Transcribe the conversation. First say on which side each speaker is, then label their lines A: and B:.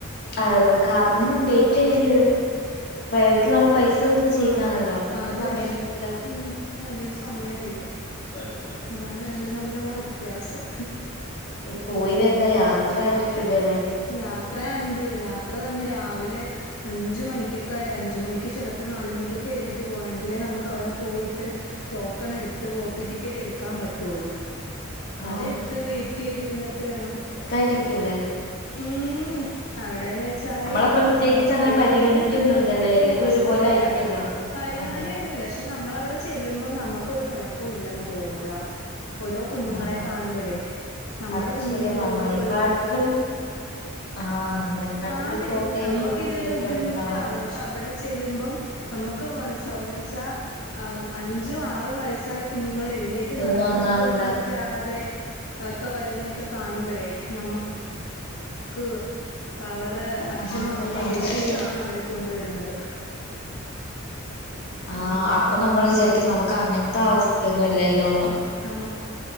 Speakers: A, on the left (about 50°); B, on the left (about 85°).
A: അത <unintelligible> ഇങ്ങനെ വെയിറ്റ് ചെയ്യേണ്ടി വരും <unintelligible> കുമ്പോ പൈസ കൊടുത്ത് ചെയ്യുന്നതാണല്ലോ
B: ആഹ്
A: അപ്പൊ അത്ര
B: അത്
A: സമയം
B: തന്നെ
A: എടുക്കൂല
B: ഉം വലിയ സമയമില്ല
A: അതെയ
B: അതാണ് രണ്ടും തമ്മിലുള്ള വ്യത്യാസം
A: പോയി വരുന്ന യാ ത്ര ആയിരിക്കല്ലേ
B: യാത്രയണ്ട് യാത്ര തന്നെ രാവിലെ അഞ്ച് മണിക്കൊക്കെ അഞ്ച മണിക്ക് ചിലപ്പോൾ നാല് മണിക്കൊക്കെ എഴുന്നേറ്റ് പോകണമെങ്കിൽ നമുക്കവിടെ പോയിട്ട് ടോക്കൺ എടുത്ത് ഓ പി ടിക്കറ്റ് എടുക്കാൻ പറ്റുള്ളൂ
A: ആ
B: അതെടുത്ത് വെയിറ്റ് ചെയ്തിരുന്നിട്ട് വേണം
A: തായിരിക്കൂല്ലേ
B: ഉം ഉം അവിടെന്ന് വെച്ചാല്
A: നമ്മളെ
B: ഈ
A: പ്രത്യേകിച്ച് അങ്ങനെ
B: പോകുന്നത്
A: പരിഗണിക്കൊന്നുംല്ലല്ലോ
B: തിരുവനന്തപുരത്ത്
A: എല്ലാരും
B: ഹോസ്പിറ്റലിലാ
A: ഒരുപോലെ ആയിരിക്കല്ലോ
B: പരിഗണനയൊന്നുംല്ല
A: അതെ
B: പക്ഷെ നമ്മള അവിടെ ചെല്ലുമ്പോ നമുക്കൊ കുഴപ്പവും ഇല്ലെന്ന് തോന്നൂടാ ഓരോ കുഞ്ഞുങ്ങളെ
A: ആഹ്
B: കാണുമ്പോഴേ നമ്മുടെ
A: അത്
B: കുഞ്ഞിനൊന്നും
A: ശരിയാ നമ്മളെക്കാട്ടിലും
B: ഒരു കുഴപ്പ
A: ആഹ് നമ്മളെ കാട്ടിലും
B: ആന്നെ
A: പ്പോക്കെ ആയിട്ടുള്ള
B: നമ്മക്ക്
A: കുട്ടികളായിരിക്കും
B: ഇതൊരു ബുദ്ധിമുട്ടാണ്
A: അവിടെണ്ടാവാ
B: പക്ഷെ അവിടെ ചെല്ലുമ്പം നമുക്ക് മനസ്സിലാവന്ന് വെച്ചാ ആഹ അഞ്ചും ആറും വയസ്സായ കുഞ്ഞുങ്ങളെ എഴുന്നേറ്റ്
A: ഇതൊന്നും
B: നടക്കാൻ
A: ഒന്നും
B: പോലും
A: അല്ല
B: പറ്റാതെ ഒക്കെ വരുന്നതൊക്കെ കാണുമ്പോഴേ നമ്മ ക്ക് അവരടെ അച്ഛനും
A: ആഹ്
B: അമ്മയും
A: അത്
B: എടുത്താണ്
A: ശരിയാ
B: അവരെ കൊണ്ടുവരുന്നത്
A: ആഹ
B: അങ്ങനെയൊക്കെ
A: അപ്പൊ
B: കാണുമ്പോ
A: നമ്മൾ വിചാരിക്കും നമുക്ക് അങ്ങനത്തെ അവസ്ഥയൊന്നും ഇല്ലല്ലോന്ന്
B: ഞമ്മ